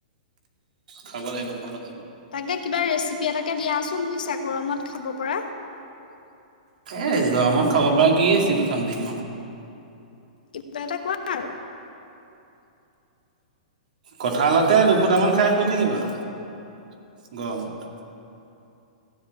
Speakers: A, on the right; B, on the left.
A: খাব লাগিব, খাব লাগিব।
B: তাকে কিবা ৰেচিপি এটাকে দিয়াচোন বুজিছা, গৰমত খাব পৰা।
A: এই গৰমত খাব পৰা কি ৰেচিপিখন দিম আৰু।
B: কিবা এটা কোৱা? আৰু
A: কঁঠালকে দুফুটামান খাই শুই থাকিবা আৰু গৰমত।